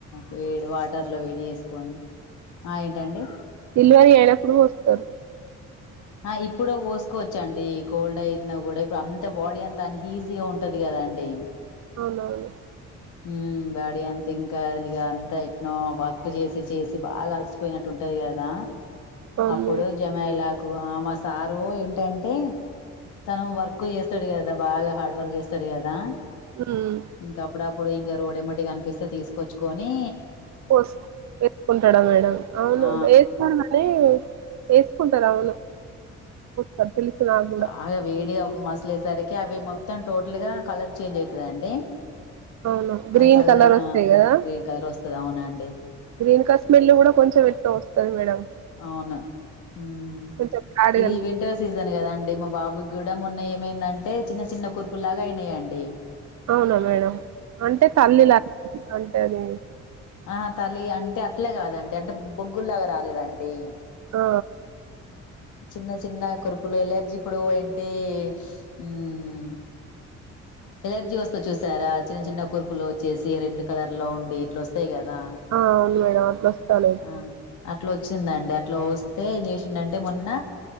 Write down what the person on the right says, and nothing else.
తేలి వరీ అయినప్పుడు వస్తరు
అవునవును
అవును
మేడం
ఉమ్
ఓస్ ఎత్తుకుంటాడా మేడం అవును
వేస్తడు మేడం అది చేసుకుంటాడు అవును త పిలుస్ ఆగ్
అవును గ్రీన్
వస్తాయి
కదా
గ్రీన్ కస్మెల్ కూడా కొంచెం ఎట్నో వస్తది మేడం
కొంచెం బ్యాడ్
గా అనిపిస్తది
అవునా మేడం అంటే తల్లీలా అంటే అది
ఆ
ఆ అవును మేడము అట్లా వోస్తనయ్ ఇప్పుడు